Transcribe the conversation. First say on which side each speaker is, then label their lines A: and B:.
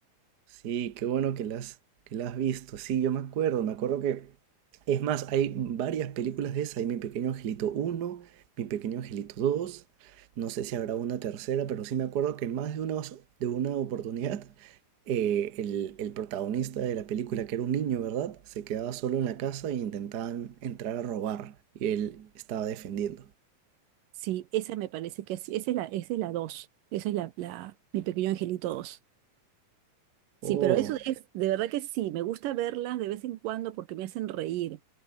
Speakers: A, on the right (about 45°); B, on the right (about 85°).
A: Sí, qué bueno que la has, que la has visto. Sí, yo me acuerdo, me acuerdo que... Es más, hay varias películas de esa. Hay Mi Pequeño Angelito uno, Mi Pequeño Angelito dos. No sé si habrá una tercera, pero sí me acuerdo que en más de una, os- de una oportunidad, eh, el, el protagonista de la película, que era un niño, ¿verdad? Se quedaba solo en la casa e intentaban entrar a robar. Y él estaba defendiendo.
B: Sí, esa me parece que sí, esa es la, esa es la dos esa es la, la- mi pequeño angelito dos Sí,
A: Oh.
B: pero eso es, de verdad que sí, me gusta verlas de vez en cuando porque me hacen reír,